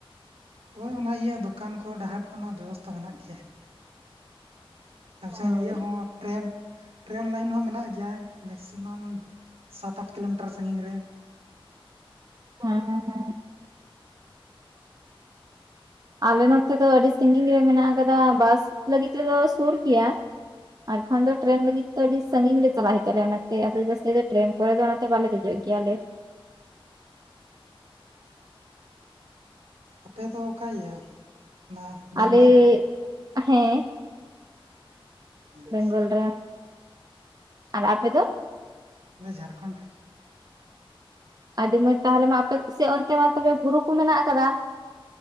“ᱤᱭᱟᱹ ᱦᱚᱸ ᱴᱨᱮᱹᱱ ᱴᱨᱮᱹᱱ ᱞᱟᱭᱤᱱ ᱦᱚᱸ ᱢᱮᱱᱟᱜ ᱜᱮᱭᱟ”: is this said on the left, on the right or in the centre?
Right